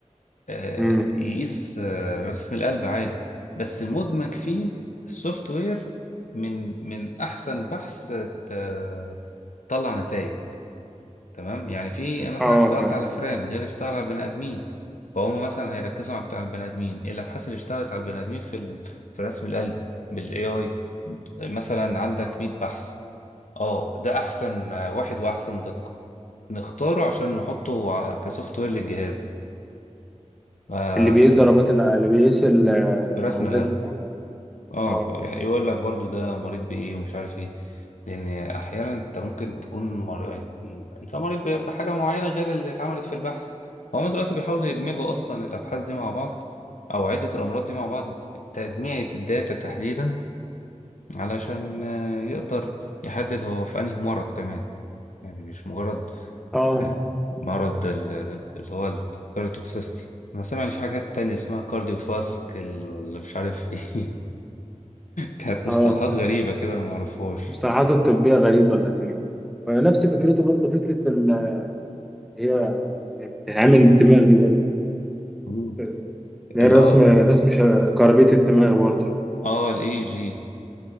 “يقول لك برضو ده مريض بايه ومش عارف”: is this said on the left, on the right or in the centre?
Left